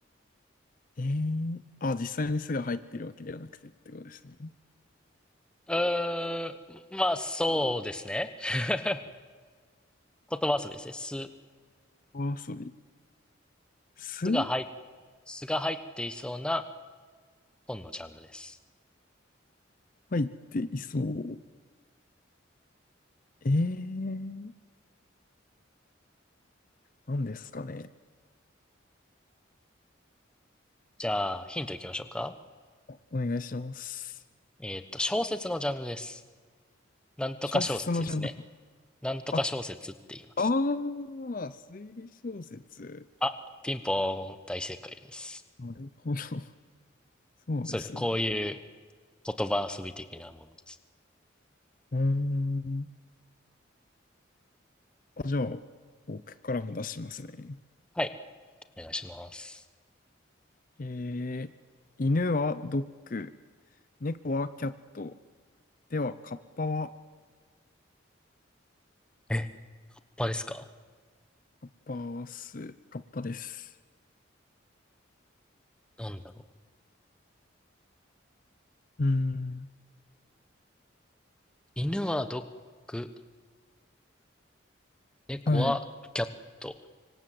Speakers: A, on the left (about 45°); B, in the centre.
A: えー、あ、実際にすが入ってるわけではなくてってことですね。
B: うーん、まあ、そうですね。<laughs> 言葉遊びですね。す、
A: 言葉遊び。す
B: すが入っ、すが入っていそうな本のジャンルです。
A: 入っていそう。えー、何ですかね。
B: じゃあ、ヒントいきましょうか。
A: お願いします。
B: えーっと、小説のジャンルです。なんとか小説ですね。
A: 小説のジャンル。
B: なんとか小説って言います。
A: あ、ああ、推理小説。
B: あ、ピンポーン、大正解です。
A: なるほど。<laughs> そうですね。
B: そうですね。こういう言葉遊び的なものです。
A: うーん。あ、じゃあ、僕からも出しますね。
B: はい。お願いします。
A: えー、犬はドッグ、猫はキャット。では、カッパは、
B: え、他ですか
A: カッパス、カッパです。
B: なんだろう。
A: うーん。
B: 犬はドッグ、猫はキャット、
A: はい、